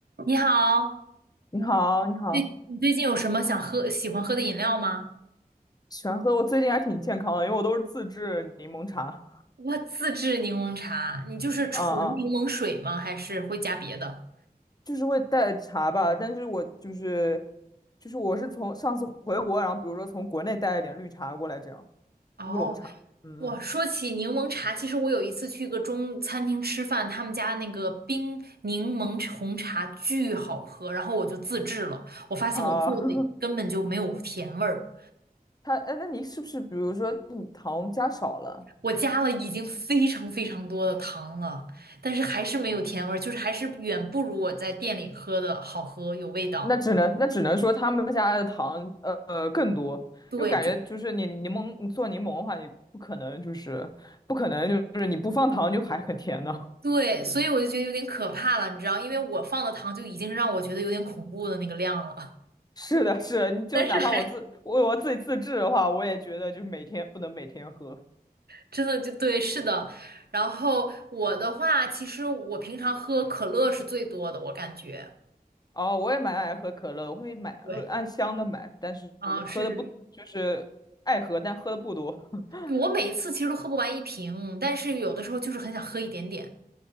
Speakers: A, on the right; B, on the left.
A: 你好，
B: 你好，你好，
A: 最你最近有什么想喝、喜欢喝的饮料吗？
B: 喜欢喝。我最近还挺健康的，因为我都是自制柠檬茶。
A: 我自制柠檬茶，你就是纯柠檬水吗？
B: 嗯嗯，
A: 还是会加别的？
B: 就是会带茶吧，但是我就是就是我是从上次回国，然后比如说从国内带了点绿茶过来，这样
A: 哦，
B: 乌龙茶。嗯嗯
A: 我说起柠檬茶，其实我有一次去一个中餐厅吃饭，他们家那个冰柠檬红茶巨好喝，然后我就自制了，我发现我做的根本就没有甜味儿，
B: 啊，<laughs> 他哎，那你是不是比如说你糖加少了？
A: 我加了已经非常非常多的糖了，但是还是没有甜味儿，就是还是远不如我在店里喝的好喝，有味道。
B: 那只能那只能说他们家的糖呃呃更多，
A: 对，
B: 因为感觉就是你柠檬你做柠檬的话，
A: 就
B: 你不可能就是不可能就是你不放糖就还很甜呢。
A: 对，所以我就觉得有点可怕了，你知道，因为我放的糖就已经让我觉得有点恐怖的那个量了，
B: 是的，是的，
A: <laughs>
B: 你就哪怕我自我我自己自制的话，
A: 但是还
B: 我也觉得就是每天不能每天喝。
A: 真的就对，是的。然后我的话，其实我平常喝可乐是最多的，我感觉。
B: 哦，我也蛮爱喝可乐的我会买论按箱的买，
A: 对，
B: 但是喝的不就是爱喝，
A: 啊，是是，
B: 但喝的不多。<laughs>
A: 是我每一次其实都喝不完一瓶，但是有的时候就是很想喝一点点。